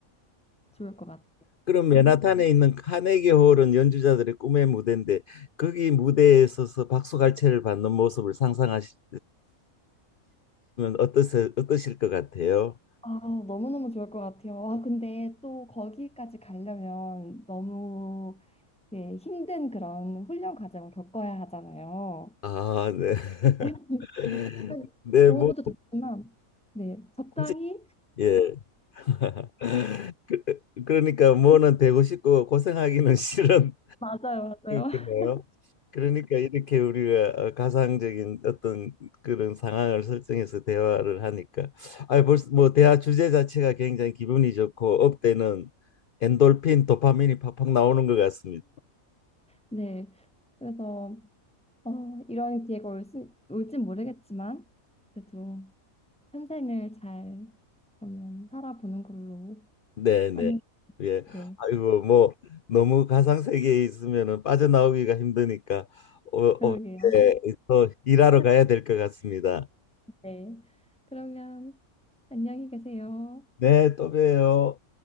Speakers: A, in the centre; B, on the left.
A: 좋을 것 같아요.
B: 그럼 맨하탄에 있는 카네기 홀은 연주자들의 꿈의 무대인데 거기 무대에 서서 박수갈채를 받는 모습을 상상하시면 어떠세, 어떠실 것 같아요?
A: 아, 너무너무 좋을 것 같아요. 아, 근데 또 거기까지 가려면 너무 예, 힘든 그런 훈련 과정을 겪어야 하잖아요.
B: 아, 네.
A: <laughs>
B: <laughs>
A: 네, 한-
B: 네,
A: 좋은
B: 뭐
A: 것도 좋지만 네, 적당히
B: 굳이- 예. <laughs> 그, 그러니까 뭐는 되고 싶고 고생하기는 <laughs> 싫은
A: 맞아요, 맞아요. <laughs>
B: 그래요? 그러니까 이렇게 우리가 어, 가상적인 어떤 그런 상황을 설정해서 대화를 하니까 아 벌써 뭐 대화 주제 자체가 굉장히 기분이 좋고 업되는 엔돌핀 도파민이 팍팍 나오는 것 같습니다.
A: 네, 그래서 어, 이런 기회가 올 수, 올진 모르겠지만 그래도 현생을 잘 그러면 살아보는 걸로
B: 네네.
A: 하면
B: 예.
A: 네.
B: 아이고 뭐 너무 가상 세계에 있으면은 빠져나오기가 힘드니까 어, 어,
A: 그러게요.
B: 예. 또 일하러 가야 될 것 같습니다.
A: <laughs> 네. 그러면 안녕히 계세요.
B: 네, 또 봬요.